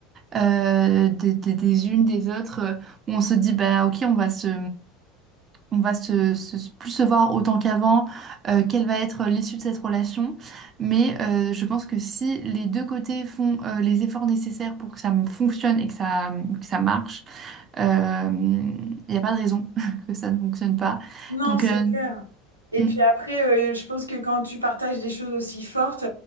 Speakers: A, on the right; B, on the right.
A: euh, des, des- des unes, des autres, euh, où on se dit, bah ok, on va se on va se, se- se- plus se voir autant qu'avant, euh, quelle va être l'issue de cette relation. Mais euh, je pense que si les deux côtés font euh, les efforts nécessaires pour que ça me fonctionne et que ça, que ça marche, euh, il n'y a pas de raison <laughs> que ça ne fonctionne pas.
B: Non,
A: Donc,
B: c'est
A: euh,
B: clair. Et
A: mm,
B: puis après, euh, je pense que quand tu partages des choses aussi fortes,